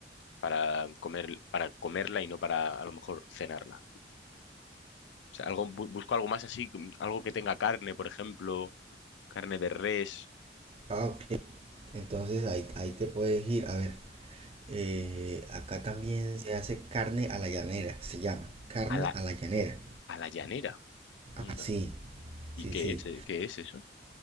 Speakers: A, on the left; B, on the right.
A: para comer, para comerla y no para a lo mejor cenarla. O sea, algo, bu- busco algo más así, com- algo que tenga carne, por ejemplo, carne de res
B: Ah, ok. Entonces ahí, ahí te puedes ir. A ver, eh, acá también se hace carne a la llanera, se llama carne
A: a la,
B: a la llanera.
A: a la llanera. Onda.
B: Así,
A: ¿Y
B: sí,
A: qué
B: sí. sí.
A: es? Eh, ¿Qué es eso?